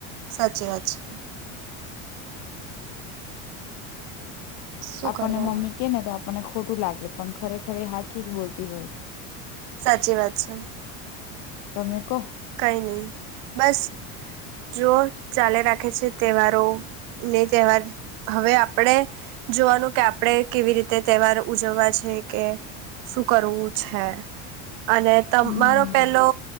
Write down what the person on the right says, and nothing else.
સાચી વાત છે. શું
કરવાના
સાચી વાત છે.
કઈ નહી બસ જો ચાલે રાખે છે તહેવારો ને તહેવાર હવે આપણે જોવાનું કે આપણે કેવી રીતે તહેવાર ઉજવવા છે કે શું કરવું છે. અને તમારો
પેલો